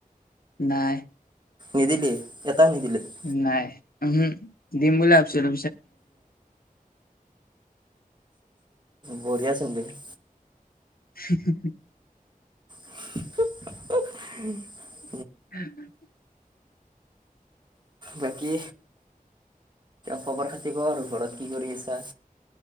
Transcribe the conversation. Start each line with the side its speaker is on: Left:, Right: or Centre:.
Left: নাই
Right: নিদিল? এটা নিদিলি? <unintelligible>
Left: নাই, উহো দিম বুলি ভাবিছিলো।
Right: বঢ়িিয়া চ <unintelligible>
Left: হু হুু।
Right: <unintelligible>
Left: <inaudible>
Right: বাকী খবৰ-খাতি ক আৰু ঘৰত কি কৰি আছা?